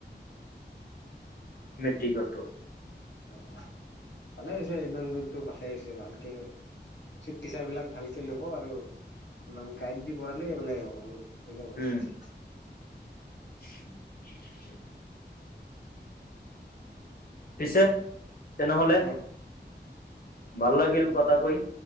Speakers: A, on the left; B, on the left.
A: মি্ট্টিক কটো।
B: অ, অ ভালে আহছ ইঞ্জনতটো ভালে আহি হৈছে ভালকে। টিচাৰ বিলাক ভালকে ল'ব, আৰু অকমান গাইড দি পলে মানে <inaudible>
A: উম, <inaudible> পিছে, তেনেহলে,
B: অ'।
A: ভাল লাগিল কথা কৈ